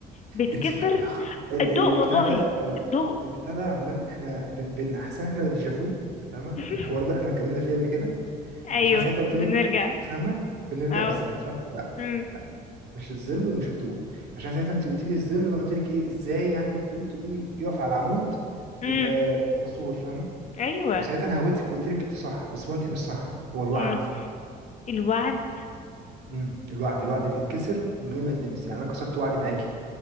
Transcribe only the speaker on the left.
بيتكسر
الضوء
والله
الضوء
<laughs>
ايوه
بنرجع
اه
امم
امم
ايوه
اما الوعد